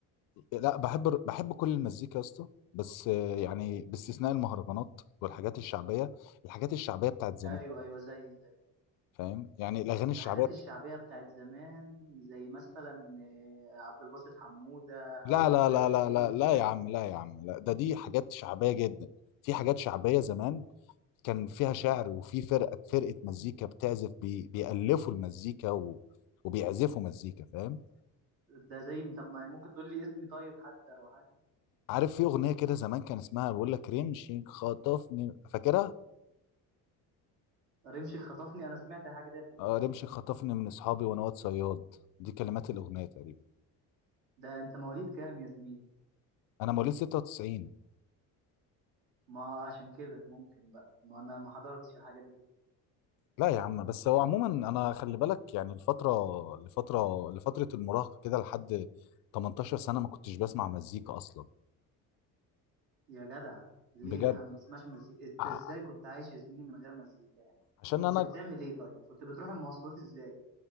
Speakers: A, on the left (about 65°); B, on the right (about 80°).
A: لا بحب الر- بحب كل المزيكا يا اسطى بس يعني باستثناء المهرجانات والحاجات الشعبية الحاجات الشعبية بتاعت زمان
B: أيوه أيوه زي
A: فاهم يعني الاغاني الشعبيه
B: الحاجات الشعبية بتاعت زمان زي مثلا آه، عبد الباسط حمودة
A: لا
B: ومحمود
A: لا لا
B: الحسيني
A: لا لا
B: وكده
A: لا لا يا عم لا يا عم لا ده دي حاجات شعبيه جدا في حاجات شعبيه زمان كان فيها شعر وفي فرقه فرقه مزيكا بتعزف بي بيألفوا المزيكا و... وبيعزفوا مزيكا فاهم
B: ده زي طب ما ممكن تقول لي اسمي طيب حد أو حاجة
A: عارف في اغنيه كده زمان كان اسمها بيقول لك رمشي خطفني فاكرها
B: رمش خطفني أنا سمعت الحاجة دي قبل
A: آه
B: كده
A: رمشي خطفني من اصحابي وانا واد صياد دي كلمات الاغنيه تقريبا
B: ده أنت مواليد كام يا زميلي
A: انا مواليد 96
B: ما عشان كده ممكن بقى ما أنا ما حضرتش الحاجات دي
A: لا يا عم بس هو عموما انا خلي بالك يعني الفتره لفتره لفتره المراهقه كده لحد 18 سنه ما كنتش بسمع مزيكا اصلا
B: يا جدع ليه
A: بجد
B: يا عم ما تسمعش مزيكا أنت
A: ع-
B: إزاي كنت عايش يا زميلي من غير مزيكا يعني
A: عشان
B: كنت
A: انا
B: بتعمل إيه طيب كنت بتروح المواصلات إزاي